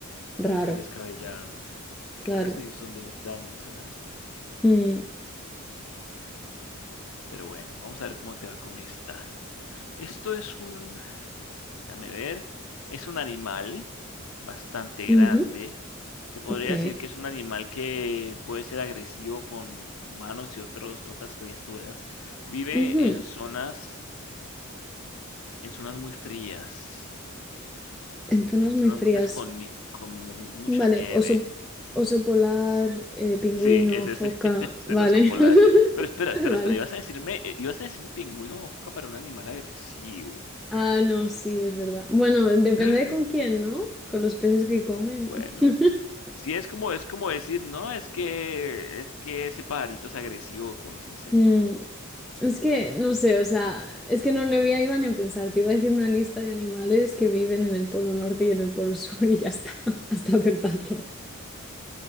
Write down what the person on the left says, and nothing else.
tan descabellada.
Que hay unas que sí son bien extrañas, ¿ah?
Pero bueno, vamos a ver cómo te va con esta. Esto es un, Déjame ver. Es un animal bastante
grande. Se podría
decir que es un animal que puede ser agresivo con humanos y otros, otras criaturas. Vive
en zonas, en zonas muy frías,
en
zonas
muy frías con, ni- con mu- mucha
nieve.
Sí, es
ese, <laughs> es
el oso polar.
Pero espera, espera,
espera, ibas a decirme, eh, ibas a decirme pingüino o foca para un animal agresivo. <gasps>
<laughs>
Bueno.
Sí, es como, es como decir, no, es que, es que ese pajarito es agresivo con los insectos.